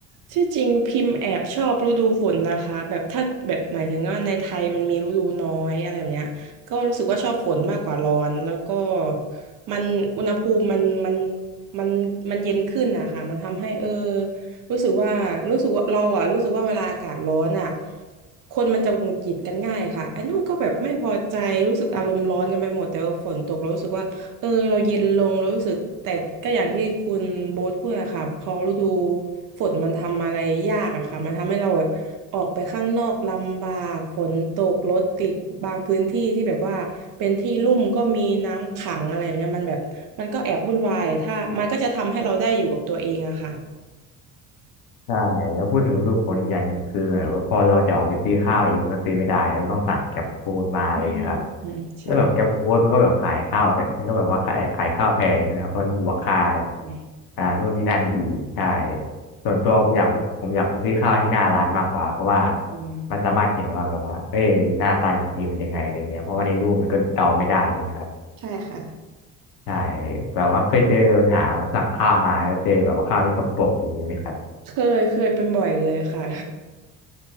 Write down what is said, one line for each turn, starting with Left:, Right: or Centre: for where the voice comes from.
Right: ที่จริงพิมพ์แอบชอบฤดูฝนนะคะแบบถ้าแบบหมายถึงว่าในไทยมันมีฤดูน้อยอะไรแบบเนี้ยก็รู้สึกว่าชอบฝนมากกว่าร้อนแล้วก็มันอุณหภูมิมันมันมันมันเย็นขึ้นนะคะมันทำให้เออรู้สึกว่ารู้สึกว่าเราอ่ะรู้สึกว่าเวลาอากาศร้อนอ่ะคนมันจะหงุดหงิดกันง่ายค่ะไอ้นู่นก็แบบไม่พอใจรู้สึกอารมณ์ร้อนกันไปหมดแต่ว่าฝนตกแล้วรู้สึกว่า เออเราเย็นลงเรารู้สึกแต่ก็อย่างที่คุณโบ๊ทพูดอะค่ะพอฤดูฝนมันทำอะไรยากอะค่ะมันทำให้เราแบบออกไปข้างนอกลำบากฝนตกรถติดบางพื้นที่ที่แบบว่าเป็นที่ลุ่มก็มีน้ำขังอะไรแบบเนี้ยมันแบบมันก็แอบวุ่นวายถ้ามันก็จะทำให้เราได้อยู่กับตัวเองอะค่ะ
Left: ใช่แล้วพูดถึงฤดูฝนอีกอย่างหนึ่งคือแบบว่าพอเราจะออกไปซื้อข้าวเองก็ซื้อไม่ได้ก็ต้องสั่งแก็บฟู้ดมาอะไรอย่างเงี้ยครับ
Right: อืมอืมอืมใช่
Left: แล้วแบบแก็บฟู้ดมันก็แบบขายข้าวแพมันก็แบบว่าขายขายข้าวแพงใช่ไหมครับเพราะมันบวกค่า
Right: เ
Left: อ่านู่นนี่นั่นอีกใช่ส่วนตัวผมอยากผมอยากไปซื้อข้าวที่หน้าร้านมากกว่าเพราะว่า
Right: ออเออ
Left: มันสามารถเห็นว่าแบบว่าเอ้ยหน้าตาจริงๆเป็นยังไงอะไรเงี้ยเพราะว่าในรูปมันก็เดาไม่ได้ใช่ไหมครับ
Right: ใช่ค่ะ
Left: ใช่แบบว่าเคยเจอปัญหาสั่งข้าวมาแล้วเจอแบบว่าข้าวไม่ตรงปกอย่างนี้ไหมครับ
Right: เคยเคยเป็นบ่อยเลยค่ะ